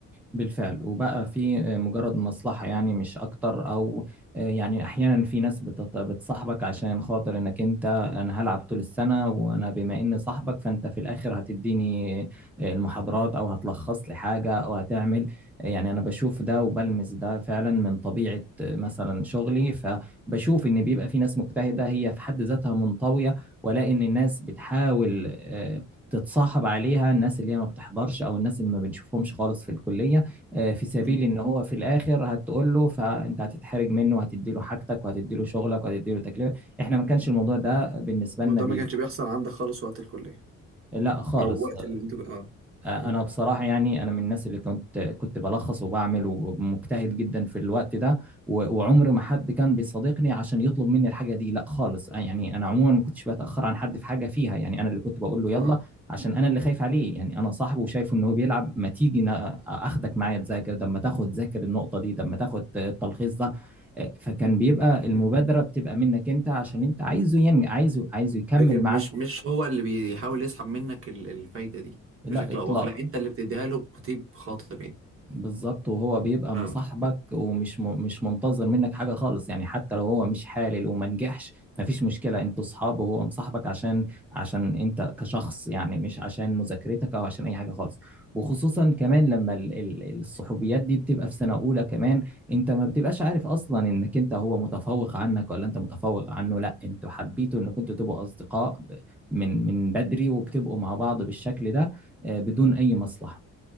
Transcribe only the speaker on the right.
مم.
وده
ما كانش بيحصل عندك خالص وقت الكلية
او وقت اللي انتوا اه
مم.
اه
مم.
لكن
مش مش هو اللي بيحاول يسحب منك ال- الفايدة دي
بشكل
او باخر لا انت اللي بتديها له بطيب خاطر يعني
فهمتك